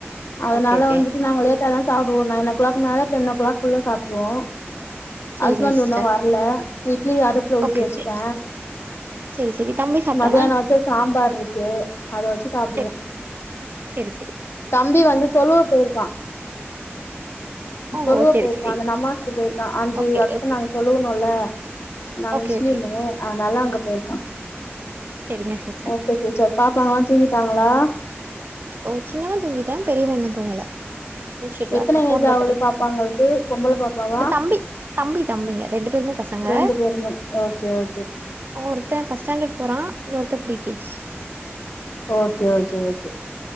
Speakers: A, on the left; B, on the right.
A: அதனால
B: ஓகே ஓகே
A: வந்துட் டு நாங்க லேட்டா தா சாப்டுவோ நைன் ஓ க்ளாக் மேல டென் ஓ கிளாக்குள்ள சாப் டுவோ
B: செரிங்க
A: ஹஸ்பண்ட்
B: சிஸ்டர்
A: இன்னு வர்ல இட்லி அடு ப்புல ஊத்தி
B: ஓகே
A: வெச்சுட்டே
B: ஓகே செரி செரி தம்பி சாப்ட்டானா
A: மத்தியானம் வெச்ச சாம்பார் இருக்கு அத வெச்சு சாப்பிடுவோ
B: செரி செரி செரி
A: தம்பி வந்து தொழுவ போயிருக்கான்
B: ஓ
A: தொழுவ
B: செரி
A: போயிருக்கான்
B: செரி
A: அந்த நமாஸ்க்கு போயிருக்கா அஞ்சு
B: ஓகே
A: அத்த
B: ஓகே
A: நாங்க தொழுவனுல்ல நான்
B: ஓகே
A: முஸ்லிம்
B: ஓகே
A: அதனால அங்க போயிருக்கா
B: செரிங்க சிஸ்டர்
A: ஓகே <unintelligible> பாப்பாங்களா தூங்கிட்டாங்களா
B: ஒ சின்னவன் தூங்கிட்டான் பெரியவன் இன்னு தூங்கல முழிச்சுட்டுதா
A: எத்தன
B: இருக்கா ஃபோன்
A: ஏஜ்
B: பாத்துட்டு
A: ஆவுது
B: இருக்
A: பாப்பாங்களுக்கு பொம்பள பாப்பாவா
B: தம்பி தம்பி தம்பிங்க ரெண்டு பேருமே பசங்க
A: ரெண்டு பேருமே ஓகே ஓகே
B: ஒருத்தன் ஃபஸ்ட் ஸ்டாண்டர்ட் போறான் இன்னொருத்தன் pre KG
A: okay okay okay